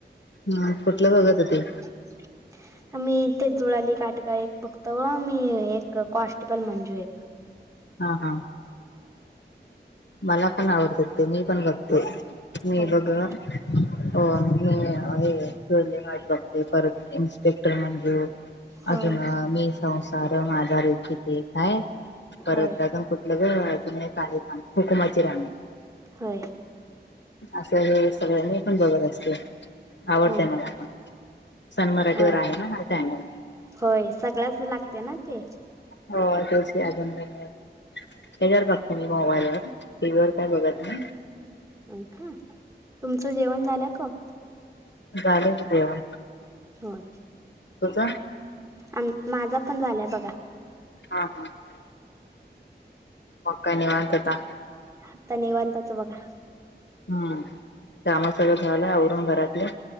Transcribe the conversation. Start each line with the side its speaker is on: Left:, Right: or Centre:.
Left: ह कुठलं बघत हो ते,
Right: <unintelligible> मी ते जुळली एक गाठ एक बघतो. मी एक कॉन्स्टेबल मंजू बघतो.
Left: हा हा, मला पण आवडत ते मी पण बघते. मी
Right: होय
Left: बघ
Right: का?
Left: हो मी जुळले गाठ बघते परत इन्स्पेक्टर मंजू,
Right: होय
Left: अजून मी संसार माझा रेखिते काय, परत
Right: होय
Left: अजून कुठलं ग अजून एक आहे थांब, हुकमाची राणी
Right: होय
Left: असं हे सगळ्यांनी पण बघत असते. आवडतय
Right: हो
Left: मला पण सन मराठीवर
Right: होय
Left: आहे ना हा चॅनल,
Right: होय सगळ्याच लागते ना ते,
Left: हो तेच अजून ह्याच्यावर बघते मी मोबाईल वर, टीव्ही वर काही बघत नाही.
Right: हा तुमचं जेवण झालं का?
Left: झालं की जेवण
Right: होय,
Left: तुझ,
Right: आम माझं पण झालंय बघा,
Left: हा हा हा मग काय निवांत आता
Right: आता निवांताच बघा
Left: हम्म कामा सगळं झालंय आवरून घरातलं